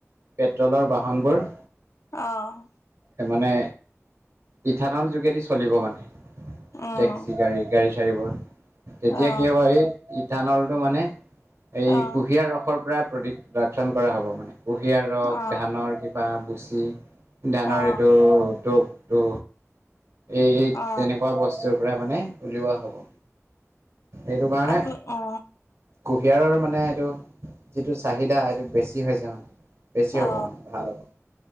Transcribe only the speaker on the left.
অঁহ'।
উম
অ
অ
অ
অ
অ
আপু অ
অ